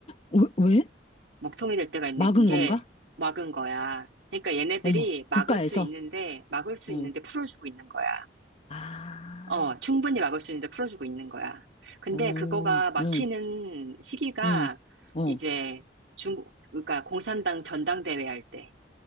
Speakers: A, on the left (about 35°); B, on the right (about 90°).
A: 왜? 왜?
B: 먹통이 될 때가 있는
A: 막은
B: 게
A: 건가?
B: 막은 거야. 그러니까 얘네들이
A: 어머.
B: 막을
A: 국가에서.
B: 수 있는데, 막을 수
A: 어.
B: 있는데 풀어주고 있는 거야.
A: 아.
B: 어, 충분히 막을 수 있는데 풀어주고 있는 거야. 근데
A: 어.
B: 그거가 막히는
A: 응.
B: 시기가
A: 응. 어.
B: 이제 중국, 그러니까 공산당 전당대회 할 때.